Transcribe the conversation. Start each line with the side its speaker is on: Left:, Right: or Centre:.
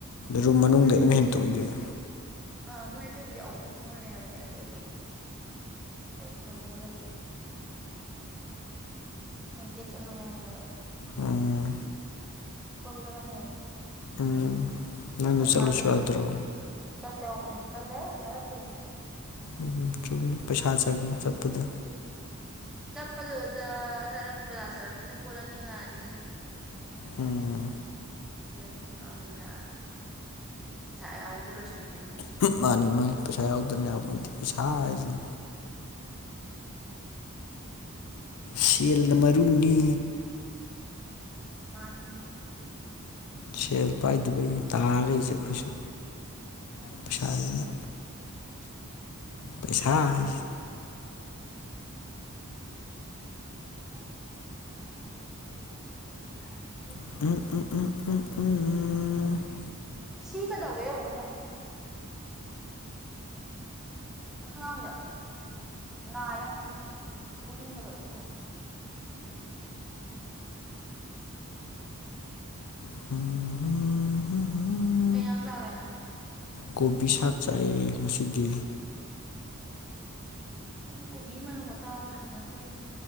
Left: ꯔꯨꯝ ꯃꯅꯨꯡꯗ
Centre: ꯃꫭꯏ ꯑꯇꯩꯕꯨꯗꯤ
Left: ꯑꯗꯨꯝ ꯍꯦꯟꯇꯣꯛꯏꯗꯨꯗꯤ
Centre: ꯑꯥ ꯃꯣꯏ ꯑꯇꯩꯕꯨꯗꯤ ꯑꯥꯎꯗꯤ ꯊꯣꯡꯔꯅꯤ ꯍꯥꯏꯕꯅꯦ ꯑꯗꫭ ꯑꯩꯗꯤ <unintelligible> ꯂꯩꯇꯦ ꯃꯣꯏ ꯗꯦꯠ ꯆꯠꯅꯅꯦ ꯍꯥꯏꯕꯅꯦꯕ
Left: ꯎꯝ
Centre: ꯀꯣꯏꯕ ꯆꯠꯀꯅꯤ ꯍꯥꯏ
Left: ꯎꯝ ꯅꯪꯁꯨ
Centre: ꯑꯩ
Left: ꯆꯠꯂꯨꯁꯨ
Centre: ꯃꯥꯏꯕꯤ
Left: ꯌꯥꯗ꯭ꯔꯣ
Centre: ꯆꯠ ꯆꯠꯁꯦ ꯍꯧꯕꯅꯦ ꯑꯩ ꯇꯜꯂꯦ ꯄꯩꯁꯥ ꯂꯩꯇꯦ
Left: ꯎꯝ ꯆꯨꯝꯃꯤ ꯄꯩꯁꯥ ꯆꯪꯉꯤ ꯆꯠꯄꯗ
Centre: ꯆꯠꯄꯗꯨꯗ ꯆꯠꯂꯅꯤ ꯕꯖꯥꯔ ꯆꯠꯂꯝꯅꯤꯅ ꯄꯣꯠ ꯂꯩꯅꯤꯡꯉꯛꯑꯅꯤ
Left: ꯎꯝ
Centre: ꯂꯥꯏꯅꯤꯡꯉꯛꯑꯅꯤꯅ ꯄꯩꯁꯥ ꯑꯌꯥꯎꯕꯗꯣ ꯂꯣꯏꯁꯤꯟꯒꯔꯅꯤ
Left: ꯃꯥꯅꯤ ꯃꯥꯅꯤ ꯄꯩꯁꯥ ꯌꯥꯎꯗꯅ ꯌꯥꯄꯣꯠꯇꯦ ꯄꯩꯁꯥ ꯍꯥꯏꯖꯤꯅꯤ ꯁꯦꯜꯅ ꯃꯔꯨꯅꯤ
Centre: ꯃꯥꯅꯤ
Left: ꯁꯦꯜ ꯄꯥꯏꯗꯕꯩꯅꯦ ꯇꯥꯔ ꯂꯩꯖꯦ ꯑꯈꯣꯏꯖꯨ ꯄꯩꯁꯥꯖꯤꯅ ꯄꯩꯁꯥ ꯍꯥꯏꯖꯦ
Centre: <unintelligible> <unintelligible>
Left: <unintelligible>
Centre: ꯁꯤ ꯀꯩꯗꯧꯒꯦ ꯌꯦꯡꯉꯨ ꯉꯁꯪ ꯉꯥꯡꯕ꯭ꯔꯥ ꯅꯥꯥꯢ ꯌꯥꯝ ꯊꯦꯡꯕꯗ ꯎꯔꯤꯡꯂꯥ ꯀꯩꯅꯣꯝ ꯊꯨꯡꯉꯦ <unintelligible>
Left: <unintelligible>
Centre: ꯀꯩ ꯢꯟꯖꯥꯡ ꯆꯥꯒꯦ ꯅꯪ
Left: ꯀꯣꯕꯤ ꯁꯥꯛ ꯆꯥꯏꯑꯦ ꯉꯁꯤꯗꯤ
Centre: ꯑꯈꯣꯏꯖꯨ ꯀꯣꯕꯤ ꯃꯅꯝꯒ ꯇꯥꯕ ꯍꯩꯅꯗ꯭ꯔꯦꯗ